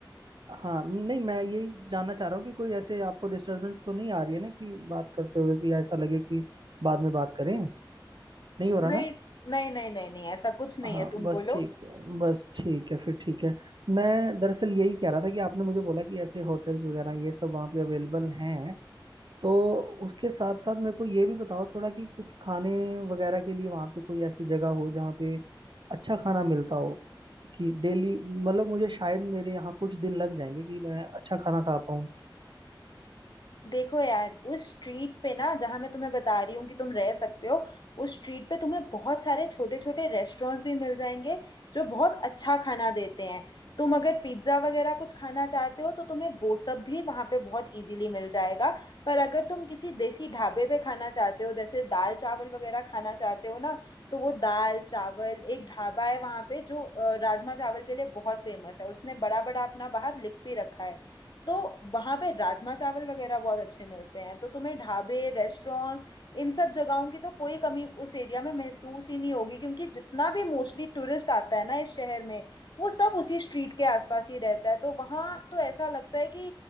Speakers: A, on the right; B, on the left.
A: हाँ नहीं मैं ये जानना चाह रहा हूँ कि कोई ऐसे आपको डिस्टरबेंस तो नहीं आ रही है ना कि बात करते हुए कि ऐसा लगे कि बाद में बात करें नहीं हो
B: नहीं
A: रहा ना
B: नहीं नहीं नहीं नहीं ऐसा कुछ नहीं
A: हाँ
B: है तुम
A: बस
B: बोलो
A: ठीक बस ठीक है फिर ठीक है मैं दरअसल यही कह रहा था कि आपने मुझे बोला कि ऐसे होटल्स वगैरह ये सब वहाँ पे अवेलेबल हैं तो उसके साथ साथ मेरे को ये भी बताओ थोड़ा कि कुछ खाने वगैरह के लिए वहाँ पे कोई ऐसी जगह हो जहाँ पे अच्छा खाना मिलता हो कि डेली मतलब मुझे शायद मेरे यहाँ कुछ दिन लग जाएंगे कि मैं अच्छा खाना खा पाऊँ
B: देखो यार उस स्ट्रीट पे ना जहां मैं तुम्हें बता रही हूँ कि तुम रह सकते हो उस स्ट्रीट पे तुम्हें बहुत सारे छोटे छोटे रेस्टोरेंट्स भी मिल जाएंगे जो बहुत अच्छा खाना देते हैं तुम अगर पिज्ज़ा वगैरह कुछ खाना चाहते हो तो तुम्हें वो सब भी वहाँ पे बहुत इजीली मिल जाएगा पर अगर तुम किसी देसी ढाबे पे खाना चाहते हो जैसे दाल चावल वगैरह खाना चाहते हो ना तो वो दाल चावल एक ढाबा है वहाँ पे जो अ, राजमा चावल के लिए बहुत फेमस है उसने बड़ा बड़ा अपना बाहर लिख भी रखा है तो वहां पे राजमा चावल वगैरह बहुत अच्छे मिलते हैं तो तुम्हें ढाबे रेस्टोरेंट्स इन सब जगहों की तो कोई कमी उस एरिया में महसूस ही नहीं होगी क्योंकि जितना भी मोस्टली टूरिस्ट आता है ना इस शहर में वो सब उसी स्ट्रीट के आसपास ही रहता है तो वहाँ तो ऐसा लगता है कि